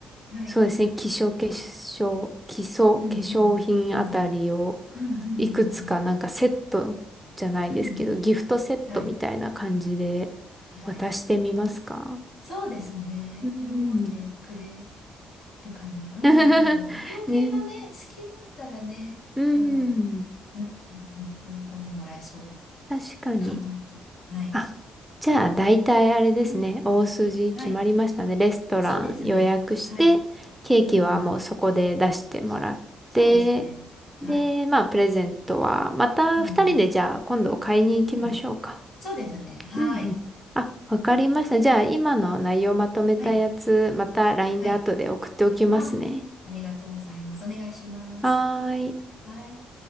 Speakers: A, on the left; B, in the centre.
A: はい。
B: そうですね、化粧、化粧、基礎、化粧品あたりを、
A: うん。うん。うん。うん。うん。
B: いくつかなんかセットじゃないですけど、
A: うん。うん。うん
B: ギフトセットみたいな感じで
A: はい。はい。
B: 渡してみますか
A: そうですね。
B: うん。
A: 喜んでくれるかな。うん、
B: <laughs>
A: でも、美容系がね、
B: ね。
A: 好きだったらね、
B: うん。
A: あの、うん、うん、うん、喜んでもらえそう
B: 確かに。
A: かなと。はい。
B: あ、じゃあ大体あれですね。
A: うん、
B: 大筋決まりましたね。
A: はい。
B: レストラン予約して、
A: そうですね。はい。
B: ケーキはもうそこで出してもらって、
A: うん、うん。そうですね。はい。
B: で、まあプレゼントはまた二人でじゃあ今度買いに行きましょうか。
A: うん、うん。うん。そうですね。はい。
B: うんうん。あ、わかりました。じゃあ、
A: はい。
B: 今の内容まとめたやつ、
A: はい。
B: また LINE
A: はい。
B: で後で送っておきますね。
A: あ、ありがとうございます。お願いします。
B: はーい。
A: はい。